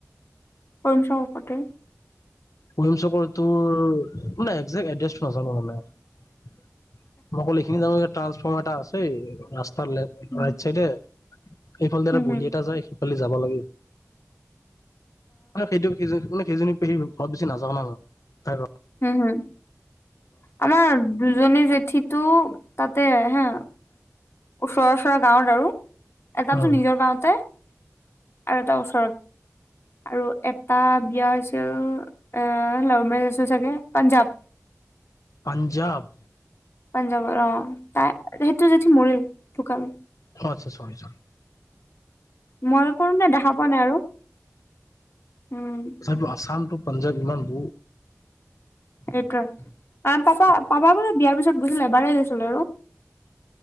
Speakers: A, on the left; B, on the left.
A: হয় চাব পতে
B: কম চকৰ তোৰ মানে একজেক্ট এড্ৰেছটো নাজানো মানে মই অকল এইখিনি যাম ট্ৰান্সফৰ্মাৰটা আছে ৰা পালে
A: উম
B: ৰাইট চাইদে সেইফাল দৰা
A: হুম
B: গলি এটা যায় যাব লাগে আৰু সেইটো সেইটো মানে কেইজনী পিহিব অলপ বেছি নাযাওঁ ন তাই
A: হুম হুম আমাৰ দুজনী জেঠী তটো তাতে হা ওচৰা ওচৰা গাঁৱত আৰু এটাছোন
B: উম
A: নিজৰ গাওঁতে আৰু এটা ওচ আৰু এটা বিয়া হৈছিল এ লাভে চাগে পাঞ্জাব
B: পঞ্জাৱ
A: পাঞ্জাৱৰ অ তাই সেইটো জেঠি মৰিল ঢোকালে
B: অ আচ্ছা চৰি চৰি
A: মই কৰো নাই দেখা পোৱা নাই আৰু উম
B: হয় তটো আছাল টো পাঞ্জাব ইমান ব
A: এইটোৱে আহ পাপা পাপা তাৰপিছত